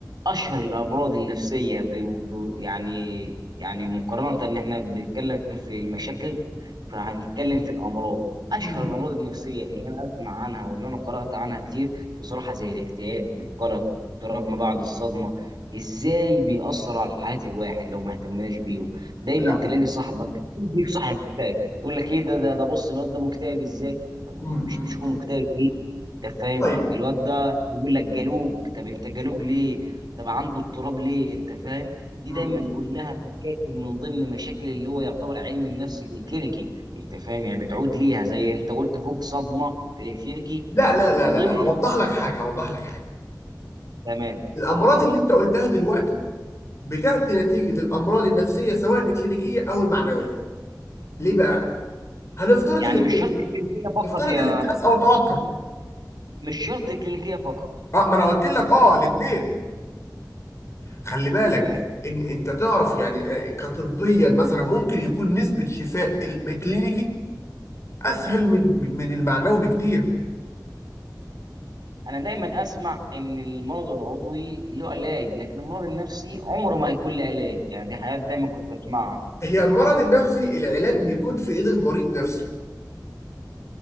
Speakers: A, on the right (about 75°); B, on the left (about 40°).
A: اشهر الامراض النفسيه ب... ب... يعني يعني مقارنه ان احنا بنتكلم في المشاكل فهنتكلم في الامراض اشهر
B: مم.
A: الامراض النفسيه اللي انا اسمع عنها واللي انا قرات عنها كتير بصراحه زي الاكتئاب القلق اضطراب ما بعد الصدمه ازاي بيأثر على حياه الواحد لو ما اهتمناش بيهم دايما
B: لا
A: تلاقي صاحبك
B: مم.
A: يجيك صاحب مكتئب تقول لك ايه ده ده ده بص الواد ده مكتئب ازاي طب
B: مم.
A: مش
B: مم.
A: تشوفه مكتئب ليه؟ انت فاهم
B: طيب
A: الواد ده بيقول لك جالوج طب انت جالوج ليه طب عنده اضطراب ليه انت فاهم دي
B: مم.
A: دايما كلها مشاكل من ضمن مشاكل اللي هو يعتبر علم النفس الكلينيكي انت فاهم يعني بتعود ليها زي انت قلت فوق صدمه في الكلينيكي
B: لا لا
A: من
B: لا لا
A: ضمن
B: لا هوضح لك حاجه هوضح لك حاجه
A: <laughs> تمام
B: الامراض اللي انت قلتها دلوقتي بتاتي نتيجه الامراض النفسيه سواء الكلينيكيه او المعنويه ليه بقى هنفترض
A: يعني
B: الاسترس
A: مش شرط كلينيكيه فقط
B: نفترض
A: يا
B: الاسترس او التوتر
A: مش شرط كلينيكيه فقط
B: اه ما انا قلت لك اه الاثنين خلي بالك
A: تمام
B: ان انت تعرف يعني آه، كطبيا مثلا ممكن يكون نسبه شفاء الكلينيكي اسهل من من من المعنوي بكتير
A: انا دايما اسمع ان المرض العضوي له علاج لكن المرض النفسي عمره ما هيكون له علاج يعني دي حاجات دايما كنت اسمعها
B: هي المرض النفسي العلاج بيكون في ايد المريض نفسه